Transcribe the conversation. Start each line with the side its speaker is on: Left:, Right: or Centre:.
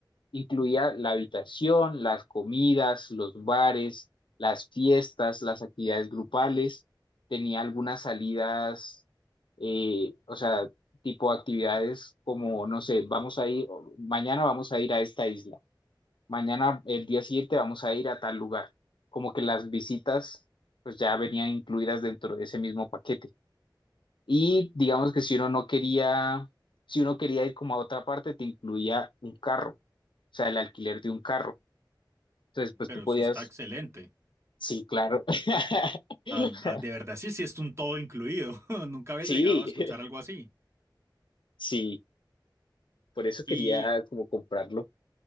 Left: Incluía la habitación, las comidas, los bares, las fiestas, las actividades grupales. Tenía algunas salidas, eh, o sea, tipo actividades como, no sé, vamos a ir, mañana vamos a ir a esta isla, mañana el día siguiente vamos a ir a tal lugar. Como que las visitas pues ya venían incluidas dentro de ese mismo paquete. Y digamos que si uno no quería, si uno quería ir como a otra parte, te incluía un carro, o sea, el alquiler de un carro. Entonces,
Right: Uy,
Left: pues
Right: Pero
Left: tú podías,
Right: eso está excelente.
Left: sí, claro. <laughs>
Right: Ah, ah, De verdad, sí, sí, es un todo incluido. <laughs> Nunca había
Left: Sí,
Right: llegado a escuchar algo así.
Left: sí, por eso quería
Right: Y,
Left: como comprarlo.